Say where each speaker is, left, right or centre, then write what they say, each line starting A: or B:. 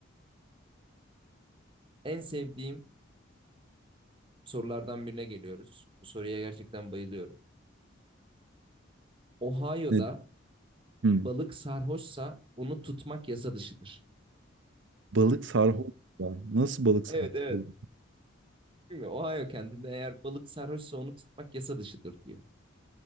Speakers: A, on the right (about 25°); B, on the right (about 65°).
A: En sevdiğim sorulardan birine geliyoruz. Bu soruya gerçekten bayılıyorum. Ohio'da
B: ne hmm,
A: balık sarhoşsa onu tutmak yasa dışıdır.
B: balık sarhoş. ya. Nasıl balık
A: Evet
B: sarhoş?
A: evet.
B: olur?
A: Değil mi? Ohio kendinde eğer balık sarhoşsa onu tutmak yasa dışıdır diyor.